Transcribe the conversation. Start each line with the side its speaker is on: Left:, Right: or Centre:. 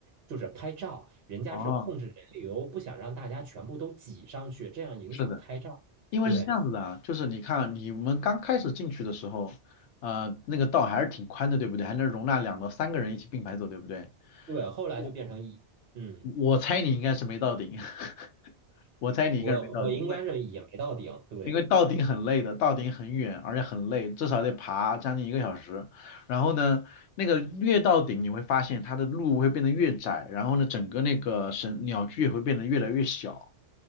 Right: 就是拍照。人家是控制人流，
Left: 哦，
Right: 不想让大家全部都挤上去，这样影响拍照。
Left: 是的，因为是这样子的啊，
Right: 对，
Left: 就是你看啊你们刚开始进去的时候，呃，那个道还是挺宽的，对不对？还能容纳两到三个人一起并排走，对不对？
Right: 对，后来就变成一，
Left: 我
Right: 嗯，
Left: 我猜你应该是没到顶，<laughs> 我猜你应该是没到顶，
Right: 我我应该是也没到顶，
Left: 因为
Right: 对，
Left: 因为到顶很累的，到顶很远，而且很累，至少得爬将近一个小时。然后呢，那个越到顶，你会发现它的路会变得越窄，然后呢，整个那个神鸟居也会变得越来越小。